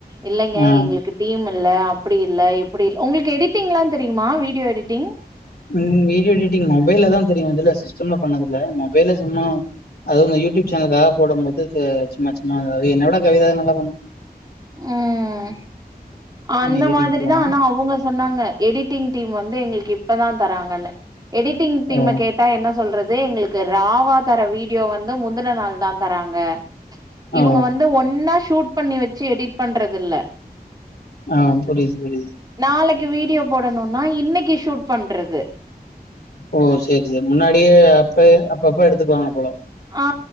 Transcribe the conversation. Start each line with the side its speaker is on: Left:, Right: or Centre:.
Right: இல்லைங்க
Left: ஆ
Right: எங்களுக்கு டீம் இல்ல அப்படி இல்ல இப்படி இல்ல உங்களுக்கு எடிட்டிங்லா தெரியுமா வீடியோ எடிட்டிங்
Left: ம் வீடியோ எடிட்டிங் மொபைல்லதா தெரியு இதுல சிஸ்டம்ல பண்ணதில்ல மொபைல்ல சும்மா அதுவு இந்த யூடியூப் சேனலுக்காக போடம்போது இது சும்மா சும்மா எதாவது, என்னை விட கவிதா தா நல்லா பண்ணு
Right: ம்
Left: பண்ணு
Right: அந்த
Left: எடிட்டிங்
Right: மாதிரிதா
Left: போவு
Right: ஆனா அவங்க சொன்னாங்க எடிட்டிங் டீம் வந்து எங்களுக்கு இப்பதா தராங்கன்னு எடிட்டிங் டீம்
Left: ஓ
Right: கேட் டா என்ன சொல்றது எங்களுக்கு ராவா தர வீடியோ வந்து முந்தின நாள் தா தராங்க
Left: ஓ
Right: இவங்க வந்து ஒன்னா ஷூட் பண்ணி வச்சு எடிட் பண்றது இல்ல
Left: ஆ புரியுது புரியுது
Right: நாளைக்கு வீடியோ போடணும்னா இன்னைக்கி ஷூட் பண்றது
Left: ஓ சேரி சேரி முன்னாடியே அப்ப அப்பப்ப எடுத்துக்குவாங்க போல
Right: ஆ